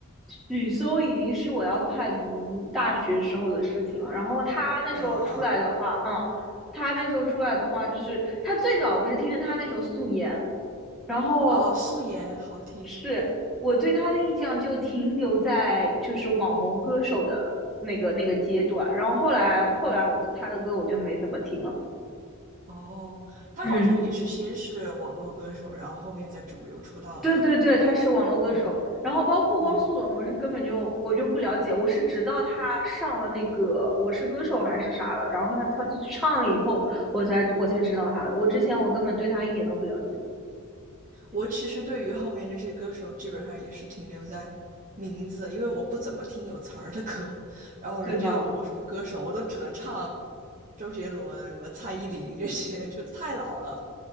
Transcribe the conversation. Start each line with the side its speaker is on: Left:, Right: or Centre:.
Centre: 许嵩已经是我要快读大学时候的事情了。然后他那时候出来的话，
Right: 呃，
Centre: 嗯，他那时候出来的话，就是他最早我是听着他那首《素颜》，然后
Right: 啊，哦素颜好听，
Centre: 是我对他的印象就停留在就是网红歌手的那个那个阶段。
Right: 对，
Centre: 然后后来后来我的他的歌我就没怎么听了。
Right: 嗯。哦，他好像也是先是网络歌手，
Centre: 嗯，
Right: 然后后面在主流出道的。
Centre: 对对对，他是网络歌手。
Right: 嗯。
Centre: 然后包括汪苏泷，
Right: 嗯，
Centre: 我是根本就我就不了解，我是直到他上了那个《我是歌手》还是啥的，然后他他去唱了以后，我才我才知道他的。我之前我根本对他一点都不了解，
Right: 我其实对于后面这些歌手基本上也是停留在名字，因为我不怎么听有词儿的歌。然后人家问我什么歌手，
Centre: 对吧？
Right: 我都只能唱周杰伦、什么蔡依林这些，就太老了。